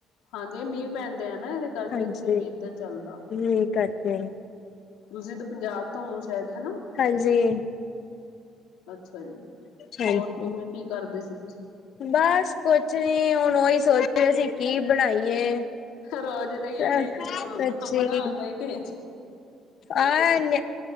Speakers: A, on the left; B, on the left.
A: ਹਾਂਜੀ। ਇਹ ਮੀਂਹ ਪੈਂਦੇ ਆ ਨਾ, ਇਹਦੇ ਕਰਕੇ
B: ਹਾਂਜੀ,
A: ਇੱਥੇ ਵੀ ਇਏਦਾਂ ਚੱਲਦਾ।
B: ਮੀਂਹ ਕਰਕੇ
A: ਤੁੂਸੀਂ ਤਾਂ ਪੰਜਾਬ ਤੋਂ ਸ਼ਾਇਦ, ਹਨਾ।
B: ਹਾਂਜੀ।
A: ਅੱਛਾ ਜੀ।
B: ਹਾਂਜੀ।
A: ਹੋਰ, ਕਿਵੇਂ ਕੀ ਕਰਦੇ ਸੀ ਤੁਸੀਂ?
B: ਬਸ ਕੁਛ ਨੀ ਹੁਣ ਉਹੀ ਸੋਚ ਰ ਅਸੀਂ ਕੀ ਬਣਾਈਏ?
A: ਰੋਜ਼ ਦਾ ਹੀ ਆ
B: ਸੱਚੀ।
A: ਟੈਨਸ਼ਨ ਹੋਦਾ ਬੜਾ ਆਉਂਦਾ ਟ
B: ਆਹ ਨ